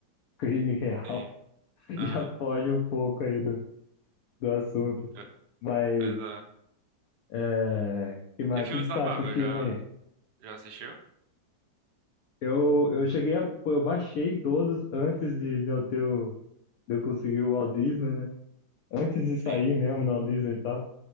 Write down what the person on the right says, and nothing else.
sim.
Aham.
Pe-
Pois é.
E filmes
da
Marvel,
já,
já assistiu?
Sim.